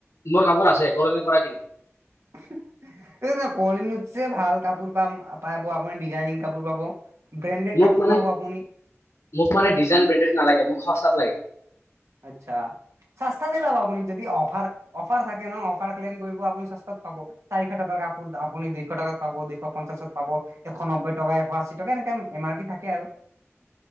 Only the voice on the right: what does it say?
<unintelligible> এই কলনীত যে ভাল কাপোৰ পাম পাব আপুনি ডিজাইনিং কাপোৰ পাব। ব্ৰেণ্ডেড
কাপোৰ
পাব আপুনি।
আচ্ছা। চাস্তাতে পাব, আপুনি যদি অফাৰ অফাৰ থাকে ন অফাৰ ক্লেইম কৰিব আপুনি চস্তাতে পাব। চাৰিশ টকাৰ কাপোৰ আপুনি দুইশ টকাত পাব দুইশ পঞ্চাশত পাব এশ নব্বৈ টকা এশ আশী টকা এনেকা এম আৰ পি থাকে আৰু।